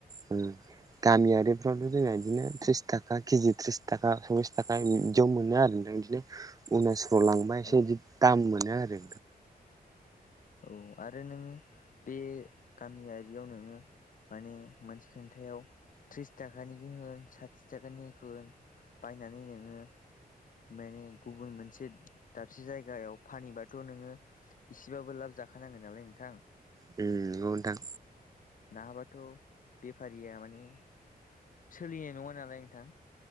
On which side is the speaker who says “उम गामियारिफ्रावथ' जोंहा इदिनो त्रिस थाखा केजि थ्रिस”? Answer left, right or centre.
Right